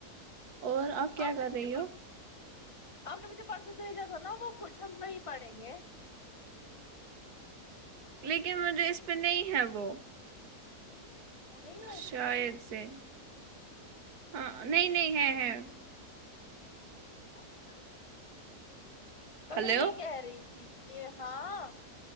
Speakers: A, on the right (about 80°); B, on the left (about 30°).
A: اور آپ کیا کر
B: نے مجھے
A: رہی ہو
B: آپ نے مجھے پرسوں بھیجا تھا نا وہ کچھ ہم وہی پڑیں گے
A: لیکن مجھے اس پہ نہیں ہے وہ
B: وہ نہیں ہی اس
A: شاید
B: پے
A: سے ہاں نہیں نہیں ہے ہے
B: اچھاچا تو
A: ہلو
B: میں یہ کہہ رہی تھی کہ ہاں